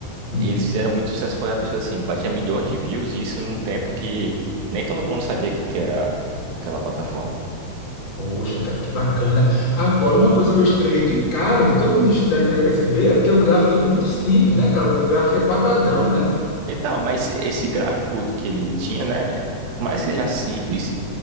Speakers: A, on the left; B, on the right.
A: Uhum.
B: Eles fizeram muito sucesso, foi um absurdo, assim, batia milhões de views, e isso num tempo que nem todo mundo sabia o que que era aquela plataforma.
A: Poxa, cara, que bacana. Agora, uma coisa que eu estranhei de cara, que todo mundo estranha a primeira vez que vê, é porque o gráfico é muito simples, né, cara? O gráfico é quadradão, né?
B: Então, mas esse gráfico que ele tinha, né? Por mais que seja simples,